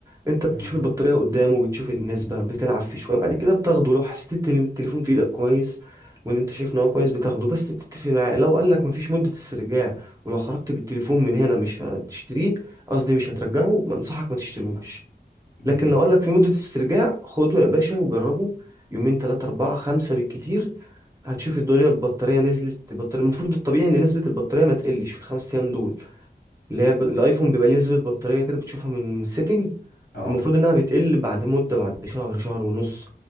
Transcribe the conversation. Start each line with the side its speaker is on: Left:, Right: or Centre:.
Right: انت بتشوف
Left: مم.
Right: البطارية قدامه بتشوف النسبة بتلعب فيه شوية بعد كده بتاخده لو حسيت ان التليفون في ايدك كويس وان انت شايف ان هو كويس بتاخده بس بتتفق معاه لو قالك مفيش مدة استرجاع ولو خرجت بالتليفون من هنا مش هتشتريه قصدي مش هترجعه بنصحك ما تشتريهوش
Left: مم.
Right: لكن لو قال لك في مدة استرجاع خده يا باشا وجربه يومين تلاتة أربعة خمسة بالكتير هتشوف الدنيا البطارية نزلت البطارية المفروض الطبيعي إن نسبة البطارية ما تقلش في الخمس أيام دول اللي هي ب... الأيفون بيبقى ليه نسبة بطارية كده بتشوفها من سيتنج
Left: اه
Right: المفروض إنها بتقل بعد مدة بعد شهر شهر ونص